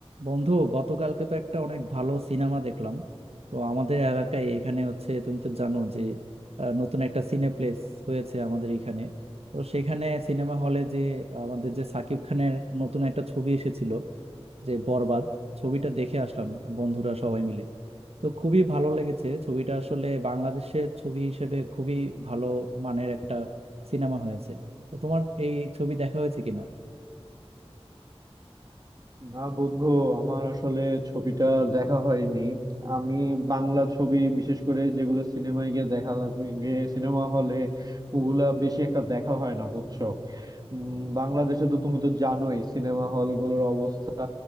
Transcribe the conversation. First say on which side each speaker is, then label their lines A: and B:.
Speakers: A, on the right; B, on the right.
A: বন্ধু গতকালকে তো একটা অনেক ভালো সিনেমা দেখলাম তো আমাদের এলাকায় এখানে হচ্ছে তুমি তো জানো যে আহ, নতুন একটা সিনেপ্লেক্স হয়েছে আমাদের এখানে তো সেখানে সিনেমা হলে যে আমাদের যে সাকিব খানের নতুন একটা ছবি এসেছিল যে বরবাদ ছবিটা দেখে আসলাম বন্ধুরা সবাই মিলে তো খুবই ভালো লেগেছে ছবিটা আসলে বাংলাদেশের ছবি হিসেবে খুবই ভালো মানের একটা সিনেমা হয়েছে তো তোমার এই ছবি দেখা হয়েছে কিনা
B: না বন্ধু আমার আসলে ছবিটা দেখা হয়নি আমি বাংলা ছবি বিশেষ করে যেগুলো সিনেমায় গিয়ে দেখা লাগে গিয়ে সিনেমা হলে ওগুলা বেশি একটা দেখা হয় না বুঝছো উম, বাংলাদেশে তো তুমি তো জানোই সিনেমা হল গুলোর অবস্থা